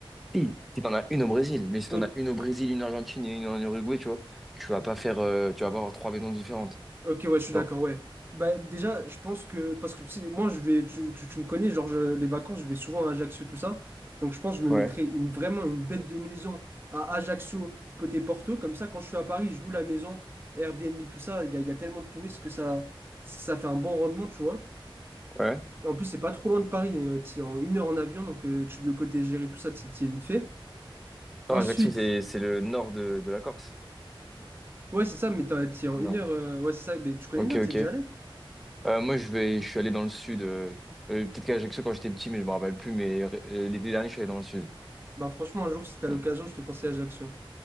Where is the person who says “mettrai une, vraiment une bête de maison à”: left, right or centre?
Right